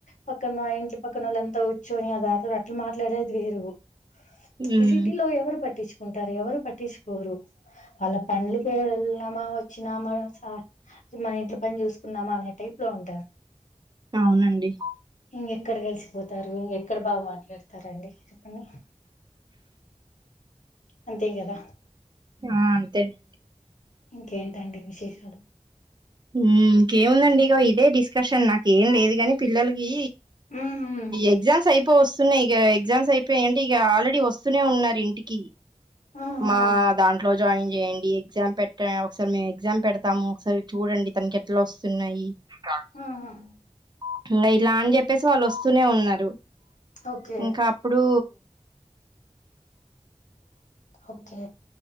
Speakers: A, on the left; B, on the right.
A: పక్కన ఇంటి పక్కన వాళ్ళు అంతా కూచ్చుని అదాతరా అట్లా మాట్లాడేది వేరు.
B: హ్మ్.
A: ఈ సిటీలో ఎవరు పట్టిచ్ ఉంటారు ఎవరు పట్టిచుకోరు వాళ్ళ పండ్లు వెళ్నామా వచ్చినామా స మన ఇంట్లో పని చూసుకుందామా అనే టైప్ లో ఉంటారు
B: అవునండి.
A: ఇంగెక్కడ కలిసిపోతారు ఇంగెక్కడ బాగా మాట్లాడతారండి చెప్పండి అంతే కదా
B: ఆ! అంతేనండి.
A: ఇంకేంటండి విశేషాలు
B: హ్మ్ ఇంకేముందండి ఇగ ఇదే డిస్కషన్ నాకేం లేదు గాని పిల్లలకి
A: ఉమ్, ఉమ్,
B: ఎక్జామ్స్ అయిపో పోస్తున్నాయి ఇక ఎగ్జామ్స్ అయిపోయాయింటే ఇక ఆల్రెడీ వస్తూనే ఉన్నారు ఇంటికి
A: ఉమ్,
B: మా
A: ఉమ్,
B: దాంట్లో జాయిన్ చేయండి ఎగ్జామ్ పెట్ట ఒకసారి మేము ఎగ్జామ్ పెడతాము ఒకసారి చూడండి తనకి ఎట్లా వస్తున్నాయి స్టార్ట్
A: ఉమ్.
B: ఇట్ల ఇలా అని చెప్పేసి వాళ్ళు వస్తూనే ఉన్నారు
A: ఓకే
B: ఇంకా అప్పుడు
A: ఓకే